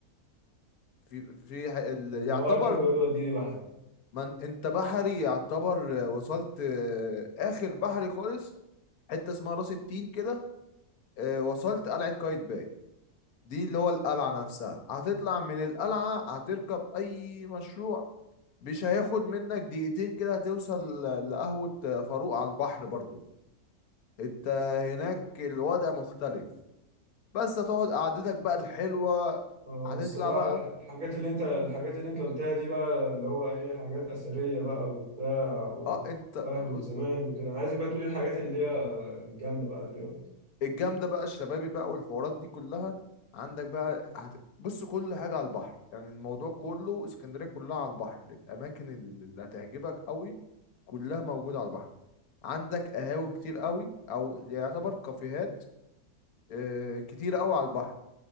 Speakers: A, on the left; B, on the right.
A: في في ح- ال...
B: اللي
A: يعتبر
B: هو اركب اقول له وديني بحري
A: من أنت بحري يعتبر وصلت آخر بحري خالص حتة اسمها راس التين كده آه، وصلت قلعة قايتباي دي اللي هو القلعة نفسها هتطلع من القلعة هتركب أي مشروع مش هياخد منك دقيقتين كده هتوصل ل- لقهوة فاروق على البحر برضو انت هناك الوضع مختلف بس هتقعد قعدتك بقى الحلوة
B: آه،
A: هتطلع
B: الصراحه
A: بقى
B: الح- الحاجات اللي انت الحاجات اللي انت قلتها دي بقى اللي هو ايه حاجات اثريه بقى وبتاع و-
A: اه انت
B: وقهوه
A: ب-
B: زمان وكده انا عايزك بقى تقول ايه الحاجات اللي هي الجامده بقى دلوقتي
A: الجامدة بقى الشبابي بقى والحوارات دي كلها عندك بقى هت... بص كل حاجة على البحر يعني الموضوع كله اسكندرية كلها على البحر الأماكن اللي هتعجبك قوي كلها موجودة على البحر عندك قهاوي كتير قوي او يعتبر كافيهات آه، كتير قوي على البحر